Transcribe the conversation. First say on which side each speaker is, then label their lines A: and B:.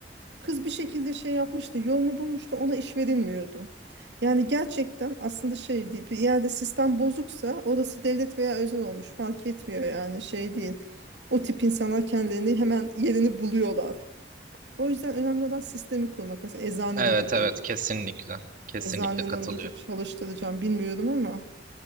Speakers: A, on the right (about 80°); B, on the right (about 50°).
A: Kız bir şekilde şey yapmıştı, yolunu bulmuştu, ona iş verilmiyordu. Yani gerçekten aslında şey değil, bir yerde sistem bozuksa orası devlet veya özel olmuş fark etmiyor yani şey değil. O tip insanlar kendilerini hemen yerini buluyorlar. O yüzden önemli olan sistemi kurmak. Mesela eczanede
B: Evet
A: de
B: evet
A: böyle.
B: kesinlikle. Kesinlikle
A: Eczanen
B: katılıyorum.
A: olunca çalıştıracağım bilmiyorum ama